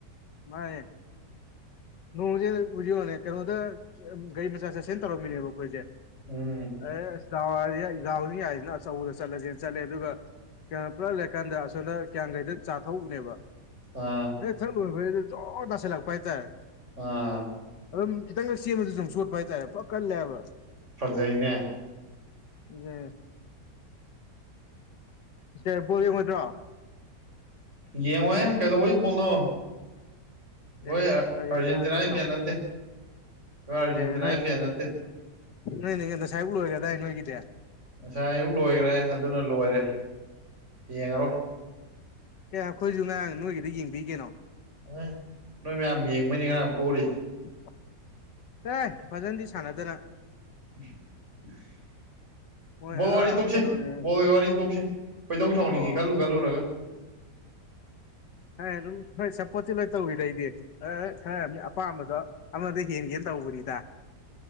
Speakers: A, on the left (about 80°); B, on the right (about 40°).
A: ꯃꯥꯏ ꯅꯣꯡꯁꯦ ꯎꯖꯤꯣꯅꯦ ꯀꯩꯅꯣꯗ ꯒꯥꯔꯤ ꯃꯆꯥ ꯆꯠꯁꯦꯟ ꯇꯧꯔꯝꯃꯤꯅꯦꯕ ꯑꯩꯈꯣꯏꯁꯦ
B: ꯎꯝ
A: ꯑꯦ ꯑꯁ ꯥꯎ ꯒꯥꯎꯅꯤ ꯍꯥꯏꯁꯤꯅ ꯆꯧꯗ ꯆꯠꯂꯁꯦꯅ ꯆꯠꯂꯦ ꯑꯗꯨꯒ ꯀꯌꯥꯣ ꯄꯨꯂꯞ ꯂꯩꯔ ꯀꯥꯟꯗ ꯑꯁꯣꯝꯗ ꯀ꯭ꯌꯥꯡꯒꯩꯗ ꯆꯥꯊꯎꯅꯦꯕ
B: ꯑꯥ
A: ꯍ ꯊꯛ ꯂꯣꯏꯕꯩ ꯖꯣꯔ ꯇꯁꯤꯥꯏꯜꯂꯛꯄ ꯍꯥꯏꯇꯥꯔꯦ
B: ꯑ
A: ꯑꯗꯨꯝ ꯈꯤꯇꯪꯒ ꯁꯦꯝꯕꯗ ꯑꯗꯨ ꯁꯣꯠꯄ ꯍꯥꯏꯇꯥꯔꯦ ꯄ ꯀꯜꯂꯦꯕ
B: ꯐꯖꯩꯅꯦ
A: ꯎꯝ ꯏꯇꯦꯕꯣ ꯌꯦꯡꯉꯣꯏꯗ꯭ꯔꯣ
B: ꯌꯦꯡꯉꯣꯍꯦ ꯀꯩꯗꯩꯕꯣꯜꯅꯣ ꯍꯣꯏ
A: ꯑꯦ
B: ꯑꯔꯖꯦꯟꯇꯤꯅꯥꯒꯤ
A: ꯑꯥꯔꯖꯦꯟꯇꯤꯅꯥꯅꯤ ꯀꯩꯅꯣ
B: ꯐꯦꯟ ꯅꯠꯇꯦ ꯍꯣꯏ ꯑꯔꯖꯦꯟꯇꯤꯅꯥꯒꯤ
A: ꯑꯦ
B: ꯐꯦꯟ ꯅꯠꯇꯦ
A: ꯅꯣꯏ ꯅ ꯀꯟꯗ ꯁꯥꯏꯕꯕꯨ ꯂꯣꯏꯔꯒꯗꯥ ꯅꯣꯏꯒꯤꯗꯌꯥ
B: ꯉꯁꯥꯏ ꯑꯌꯨꯛ ꯂꯣꯏꯈ꯭ꯔꯦ ꯑꯗꯨꯅ ꯂꯣꯏꯔꯦ ꯌꯦꯡꯉꯔꯣꯏ
A: ꯑꯦ ꯑꯩꯈꯣꯏꯁꯨ ꯉꯔꯥꯡ ꯅꯣꯏꯒꯤꯗꯤ ꯌꯦꯡꯕꯤꯒꯦꯅꯣ
B: ꯑꯦ ꯅꯣꯏ ꯃꯌꯥꯝ ꯌꯦꯡꯕꯅꯤ ꯉꯔꯥꯡ ꯄꯣꯔꯤ
A: ꯎ <inaudible> ꯑꯦ ꯐꯖꯅꯗꯤ ꯁꯥꯟꯅꯗꯅ
B: <inaudible>
A: ꯃꯣꯏ ꯑꯥ
B: ꯕꯣꯜ ꯋꯥꯔꯤ ꯇꯣꯛꯁꯤ
A: ꯀꯩꯅꯣꯅꯦ
B: ꯕꯣꯜ ꯋꯥꯔꯤ ꯇꯣꯛꯁꯤ ꯀꯩꯗꯧ ꯁꯥꯎꯅꯤꯡꯉꯤ
A: ꯑꯣ
B: ꯈꯜꯂꯨ ꯈꯜꯂꯨꯔꯒ
A: ꯑꯗꯨꯝ ꯍꯣꯏ ꯁꯞꯄꯣꯔꯠꯇꯤ ꯂꯣꯏ ꯇꯧꯋꯤꯔꯩꯗꯤ ꯈꯔꯅꯤ ꯑꯄꯥꯝꯕꯗꯣ ꯑꯃꯗ ꯍꯦꯟꯒꯦꯅ ꯇꯧꯕꯅꯤꯗ